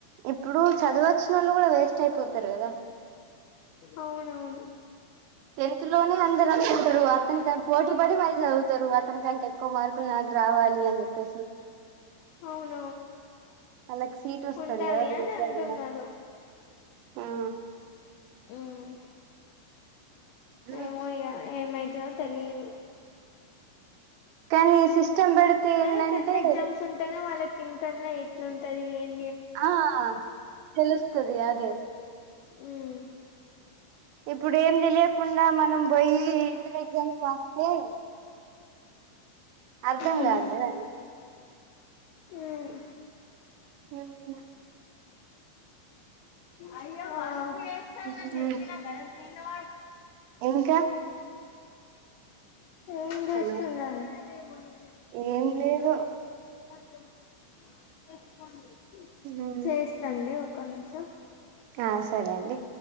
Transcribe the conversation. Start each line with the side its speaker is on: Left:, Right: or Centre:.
Right: ఇప్పుడు చదువు వచ్చినోళ్లు కూడా వేస్ట్ అయిపోతారు కదా.
Left: అవునవును
Right: టెన్త్ లోను అందరు అనుకుంటారు అతనిక పోటీ పడి మళ్ళీ చదువుతారు అతనికంటే ఎక్కువ మార్కులు నాకు రావాలి అని చెపే తసి
Left: అవును
Right: అలాక్ సీట్ వస్తది
Left: ఉండవి
Right: కదా దేంట్లో
Left: అని అంటున్నారు
Right: అయినా ఆ
Left: ఉమ్ ఏమో
Right: ఆ
Left: ఇగ ఏమయితదో తెలిదు.
Right: కానీ ఈ సిస్టమ్ పెడితే
Left: కానీ
Right: ఏందంటే
Left: టెన్త్ ఎగ్జామ్స్ ఉంటేనే వాళ్ళకి ఇంటర్ ల ఎట్లుంటంది ఏం
Right: ఆ తెలుస్తది అదే
Left: ఉమ్
Right: ఇప్పుడు ఏం తెలియకుండా మనం పోయి ఇంటర్ ఎగ్జామ్స్ రాస్తే అర్ధం
Left: ఉమ్
Right: కాదూకదండి.
Left: ఉమ్
Right: ఏమో
Left: అయ్యో వా చేస్తానని
Right: ఉమ్,
Left: చెప్పిన గా తిను
Right: ఇంకా
Left: ఏమ్ చేస్తున్నాం
Right: హలో
Left: పేముని
Right: ఏం లేదు
Left: వ
Right: ఉమ్,
Left: చేస్తాండి ఒక నిషం
Right: ఆ సరే అండి